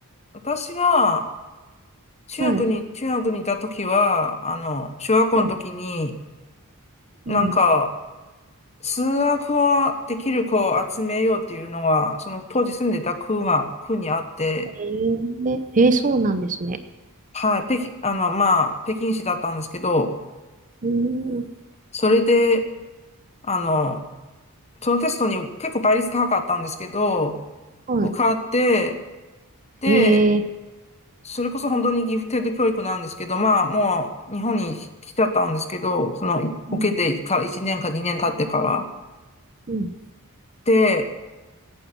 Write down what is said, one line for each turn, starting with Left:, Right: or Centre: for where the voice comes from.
Left: 私が、中学に、
Right: はい。
Left: 中学にいた時は、あの、小学校の時に、
Right: はい。
Left: なんか、
Right: うん。
Left: 数学はできる子を集めようっていうのが、その当時住んでた区が、区にあって、
Right: えー、えー、そうなんですね。
Left: はい、北京、あの、まあ、北京市だったんですけど、
Right: うーん。
Left: それで、あの、そのテストに結構倍率高かったんですけど、
Right: は
Left: 受かって、で、
Right: い。えー、
Left: それこそ本当にギフテッド教育なんですけど、まあ、もう日本に来ちゃったんですけど、その、
Right: うん。
Left: 受けてから1年か2年経ってから。
Right: うん。
Left: で、